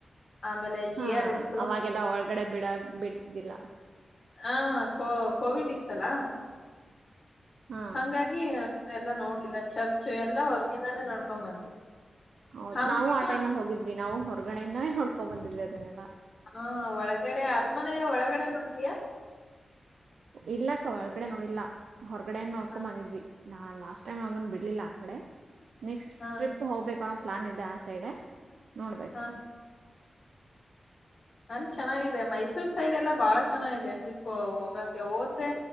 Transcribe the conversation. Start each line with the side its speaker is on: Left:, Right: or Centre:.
Left: ಆಮೇಲೆ ಜಿ
Right: ಹಾ
Left: ಆರ್ ಎಸ್ ಹ್ಮ್
Right: ಅವಾಗೆಲ್ಲ ಒಳಗಡೆ ಬಿಡ ಬಿಡ್ತಿದ್ದಿಲ್ಲ
Left: ಹಾ ಕೋ ಕೋವಿಡ್ ಇತ್ತಲಾ
Right: ಹಾ
Left: ಹಂಗಾಗಿ ಎಲ್ಲ ನೋಡ್ಲಿಲ್ಲ ಚರ್ಚ್ ಎಲ್ಲಾ ಹೊರ್ಗಿಂದಾನೇ ನಡ್ಕೊ್ ಬಂದ್ವಿ
Right: ಹೌದ್
Left: ಹಂಪಿಗೂ
Right: ನಾವು ಆ ಟೈಮ್ ಅಲ್ಲಿ ಹೋಗಿದ್ವಿ ನಾವು ಹೊರಗಣೆಯಿಂದೇ ನೋಡ್ಕೊಂಡ್ ಬಂದಿದ್ವಿ ಅದನ್ನೆಲ್ಲಾ
Left: ಹಾ ಒಳಗಡೆ ಅರಮನೆ ಒಳಗಡೆ ನೋಡಿದಿಯಾ
Right: ಇಲ್ಲಕ್ಕ ಒಳಗಡೆ ನೋಡಿಲ್ಲಾ ಹೊರಗಡೆ ನೋಡ್ಕೊ
Left: ಹಾ
Right: ಬಂದಿದ್ವಿ ನಾ ಲಾಸ್ಟ್ ಟೈಮ್ ಅವನ್ ಬಿಡ್ಲಿಲ್ಲ ಆ ಕಡೆ ನೆಕ್ಸ್ಟ್
Left: ಹಾ
Right: ಟ್ರಿಪ್ ಹೋಗ್ಬೇಕುನ ಪ್ಲಾನ್ ಇದೆ ಆ ಸೈಡ್ ನೋಡ್ಬೇಕು
Left: ಹಾ ಅಂದ ಚೆನ್ನಾಗಿದೆ ಮೈಸೂರ್ ಸೈಡ್ ಎಲ್ಲಾ ಬಾಳ ಚೆನ್ನಾಗಿದೆ ಟ್ರಿಪ್ ಹೋಗಕ್ಕೆ ಹೋದ್ರೆ